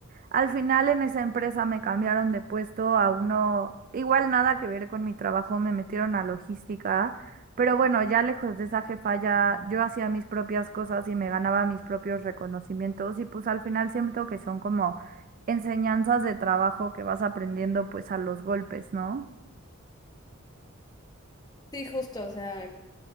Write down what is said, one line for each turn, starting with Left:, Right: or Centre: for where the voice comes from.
Right: Al final en esa empresa me cambiaron de puesto a uno, igual nada que ver con mi trabajo, me metieron a logística, pero bueno, ya lejos de esa jefa ya yo hacía mis propias cosas y me ganaba mis propios reconocimientos y pues al final siento que son como enseñanzas de trabajo que vas aprendiendo pues a los golpes, ¿no?
Left: Sí, justo, o sea,